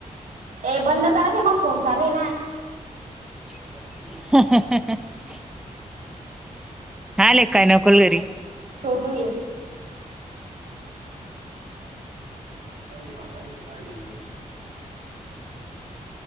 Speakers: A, on the right; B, in the centre.
A: हे बंद करा ते मग फोन चालूय ना
B: <unintelligible> हा ले काय नकलगरी
A: छोटूय काय बागारी काय घ त